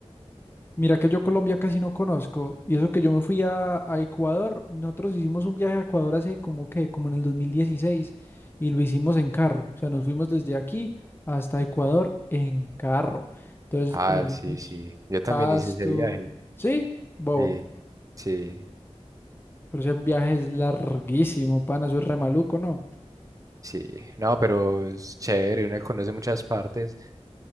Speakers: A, on the left; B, on the right.
A: Mira que yo Colombia casi no conozco y eso que yo me fui a, a Ecuador, nosotros hicimos un viaje a Ecuador hace como que, como en el 2016 y lo hicimos en carro, o sea, nos fuimos desde aquí hasta Ecuador en carro. Entonces
B: Ah,
A: conocimos
B: sí, sí, yo también
A: Pasto,
B: hice ese viaje.
A: sí, bobo.
B: Sí, sí,
A: Pero ese viaje es larguísimo, pana, eso es re maluco, ¿no?
B: sí. No, pero es chévere, uno conoce muchas partes.